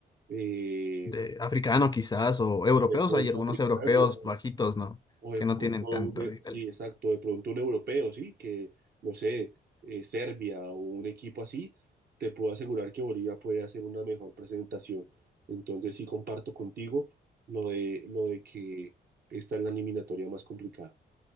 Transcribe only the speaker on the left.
de africano quizás o europeos,
hay algunos
europeos bajitos, ¿no?
Que
no tienen tanto
nivel.